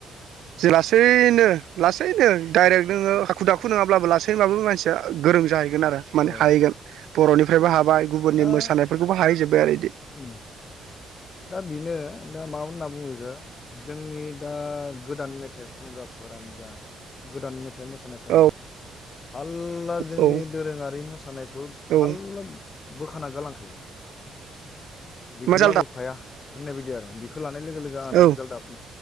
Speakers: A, on the right; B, on the left.
A: जे लासैनो लासैनो। डाइरेक्ट नोङो हाखु दाखु नङाब्लाबो लासैब्लााबो मानसिया गोरों जाहैगोन आरो माने
B: औ
A: हाहैगोन। बर'निफ्रायबो हाबा गुबुननि
B: दा
A: मोसानायफोरखौबो हाहै जोब्बाय आरो बिदि
B: उम दा बेनो दा मा होनना बुङैगो जोंनि दा गोदान मेथाइ ख खगानो जा गोदान मेथ मोसानायानो
A: औ
B: जा थार्ला जोंनि
A: औ
B: दोरोङारि मोसानायखौ
A: औ
B: थाल्ला बोखाना गालांखायो बेखौ
A: मा जालदा
B: लाबोफाया होननाय बायदि आरो बेखौ लानाय लोगो लोगो आंना
A: औ
B: जालदा।